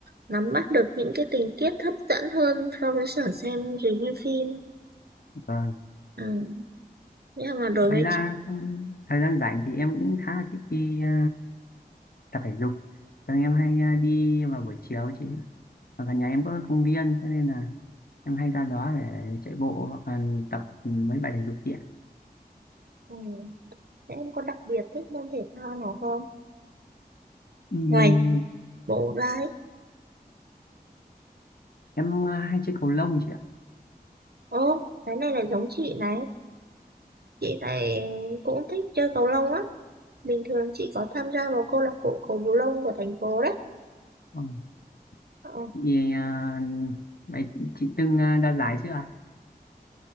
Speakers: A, on the right; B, on the left.
A: nắm bắt được những cái tình tiết hấp dẫn hơn so với sở xem review phim.
B: vâng
A: Ừm, Nhưng mà đối
B: ngoài
A: với
B: ra
A: chị
B: trong thời gian rảnh thì em cũng khá là thích đi à, tập thể dục thường em hay à, đi vào buổi chiều chị ở gần nhà em có công viên cho nên là em hay ra đó để chạy bộ hoặc là tập mấy bài thể dục kia
A: Ừ. Thế em có đặc biệt thích môn thể thao nào không?
B: Ừm,
A: ngoài bộ đấy.
B: em à, hay chơi cầu lông chị ạ
A: Ố, cái này là giống chị này. Chị này cũng thích chơi cầu lông á. Bình thường chị có tham gia vào câu lạc bộ cầu lông của thành phố đấy.
B: Vâng.
A: Ờ,
B: vì à, vậy chị từng à, đạt giải chưa ạ?